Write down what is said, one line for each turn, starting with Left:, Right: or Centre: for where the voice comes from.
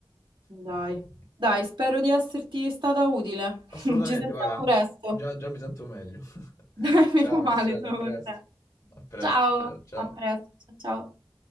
Right: Dai,
Left: E-
Right: dai, spero di esserti stata utile. <laughs>
Left: Assolutamente,
Right: Ci sentiamo
Left: guarda,
Right: presto.
Left: già, già mi sento meglio. <laughs>
Right: <laughs> Dai,
Left: Ciao
Right: meno male,
Left: Michelle,
Right: sono
Left: a presto.
Right: contenta.
Left: A presto,
Right: Ciao,
Left: ciao ciao.
Right: a presto, ciao. ciao.